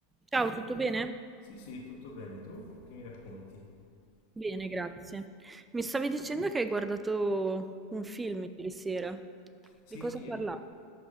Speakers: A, on the right (about 15°); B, on the left (about 60°).
A: Ciao, tutto bene?
B: Sì, sì, tutto bene. Tu che mi racconti?
A: Bene, grazie. Mi stavi dicendo che hai guardato un film ieri sera.
B: Sì,
A: Di cosa
B: ieri,
A: parlava?